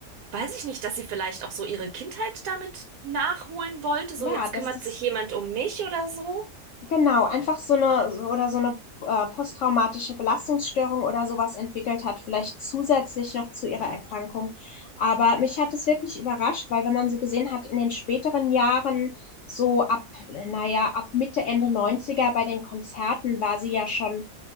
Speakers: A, on the right (about 75°); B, on the left (about 65°).
A: weiß ich nicht, dass sie vielleicht auch so ihre Kindheit damit nachholen wollte.
B: Ja,
A: So, jetzt
B: dass
A: kümmert
B: das
A: sich jemand um mich oder so.
B: Genau, einfach so eine so- oder so eine äh, posttraumatische Belastungsstörung oder sowas entwickelt hat, vielleicht zusätzlich noch zu ihrer Erkrankung. Aber mich hat es wirklich überrascht, weil wenn man so gesehen hat, in den späteren Jahren, so ab, naja, ab Mitte, Ende 90er bei den Konzerten war sie ja schon